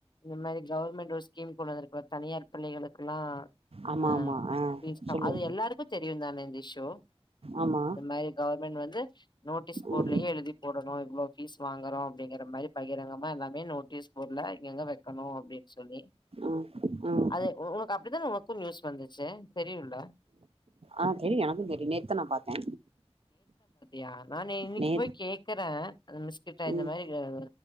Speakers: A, on the left; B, on the right.
A: இது மாரி கவர்மெண்ட் ஒரு ஸ்கீம் கொண்டு வந்துருக்கு தனியார் பள்ளிகளுக்குலா
B: ஆமா
A: ஆ
B: ஆமா ஆ
A: ஃபீஸ்தா
B: சொல்லு
A: அது எல்லாருக்கு தெரியு தானே இந்த இஷ்யூ
B: ஆமா
A: இந்த மாரி கவர்மெண்ட் வந்து நோட்டீஸ் போட்லயே
B: ம்
A: எழுதி போடணு இவ்ளோ ஃபீஸ் வாங்கறோ அப்டிங்கிற மாரி பகிரங்கமா எல்லாமே நோட்டீஸ் போட்ல எங்க வெக்கணு அப்டின் சொல்லி
B: ம் ம்
A: அது ஒ ஒனக்கு அப்டிதான ஒனக்கு நியூஸ் வந்துச்சு தெரியுல்ல
B: ஆ தெரியு எனக்கு தெரியு நேத்து தா நா பாத்தே
A: யா நானே இன்னக்கி
B: நே
A: போய் கேக்குற அந்த மிஸ்கிட்டா இந்த
B: ம்
A: மாரி எஹ்